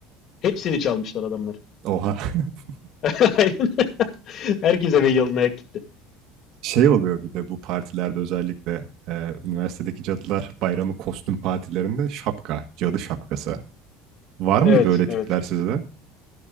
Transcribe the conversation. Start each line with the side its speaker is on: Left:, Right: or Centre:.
Left: Hepsini çalmışlar adamlar.
Right: Oha. <laughs>
Left: <laughs> Aynen. Herkes eve yalın ayak gitti.
Right: Şey oluyor bir de bu partilerde özellikle e, üniversitedeki cadılar bayramı kostüm partilerinde şapka, cadı şapkası. Var mıydı
Left: Evet,
Right: öyle
Left: evet.
Right: tipler sizde?